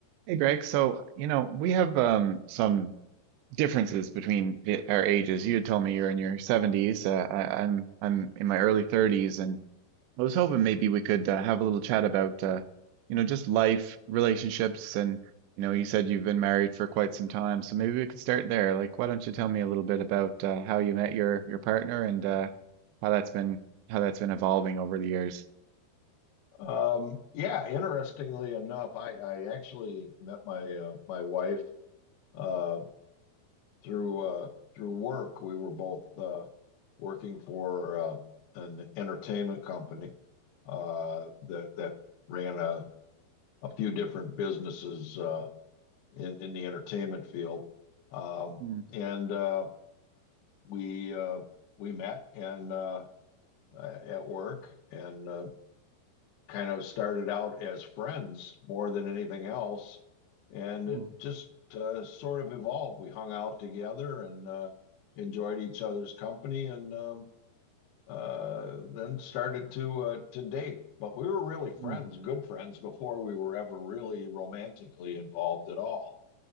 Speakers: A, on the right (about 85°); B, on the left (about 80°).
A: Hey Greg, so you know we have um, some differences between the, our ages. You had told me you're in your 70s. Uh, I, I'm I'm in my early 30s, and I was hoping maybe we could uh, have a little chat about uh, you know just life, relationships, and you know you said you've been married for quite some time, so maybe we could start there. Like, why don't you tell me a little bit about uh, how you met your your partner and uh, how that's been how that's been evolving over the years?
B: Um, yeah, interestingly enough, I, I actually met my uh, my wife uh, through uh, through work. We were both uh, working for uh, an entertainment company uh, that that ran a, a few different businesses uh, in in the entertainment field, um,
A: Mm,
B: and uh, we uh, we met and uh, at work and uh, kind of started out as friends more than anything else, and
A: mm,
B: it just uh, sort of evolved. We hung out together and uh, enjoyed each other's company, and um, uh, then started to uh, to date. But we were really friends,
A: mm.
B: good friends, before we were ever really romantically involved at all.